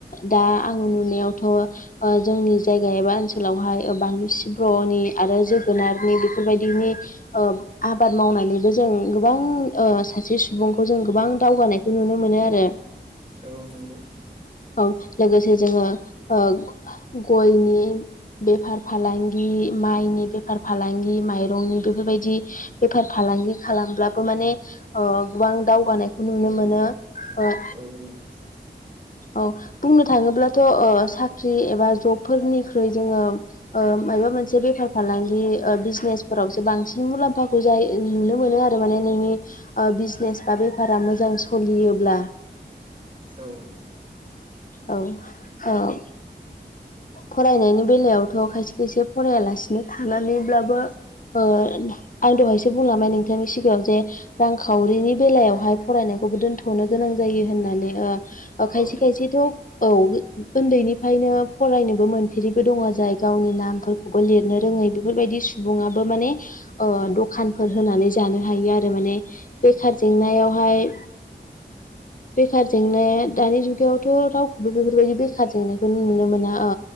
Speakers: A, on the left; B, on the right.
A: दा आं नुनायावथ' ओ जोंनि जायगा एबा ओनसोलावहाय बानलु सिब्रहनि आरो जोगोनारनि बेफोरबायदिनि ओ आबाद मावनानैबो जों गोबां ओ सासे सुबुंखौ जों गोबां दावगानाय खौ नुनो मोनो आरो
B: औ नंगौ
A: औ लोगोसे जोङो ओ गयनि बेफार फालांगि माइनि बेफार फालांगि माइरंनि बेफोरबायदि बेफार फालांग फालांगि खालामब्लाबो माने ओ गोबां दावगानायखौ नुनो मोनो नों ओ
B: औ
A: औ बुंनो थाङोब्लाथ' ओ साख्रि एबा जबफोरनिख्रुइ जोङो ओ माबा मोनसे बेफार फालांगि ओ बिजनेसफोरावसो बांसिन मुलाम्फाखौ जायो नुनो मोनो आरो माने नोंनि ओ बिजने बा बेफारा मोजां सोलियोब्ला
B: औ
A: औ औ फरायनायनि बेलायावथ' खायसे खायसे फरायालासिनो थानानैब्लाबो ओ आं दहायसो बुंलांबाय नोंथांनि सिगाङाव जे रांखावरिनि बेलायावहाय फरायनाय खौबो दोनथ'नो गोनां जायो होननानै ओ खायसे
B: औ
A: खायसेथ' औ उन्दैनिफ्रायनो फरायनोबो मोनफेरिबो दङ जाय गावनि नामफोरखौबो लिरनो रोङै बेफोरबायदि सुबुङाबो माने ओ दखानफोर होनानै जानो हायो आरो माने बेखार जेंनायावहाय
B: <inaudible>
A: बेखार जेंनाया दानि जुगावथ' रावखौबो बेफोरबायदि बेखार जेंनायखौ नुनो मोना ओ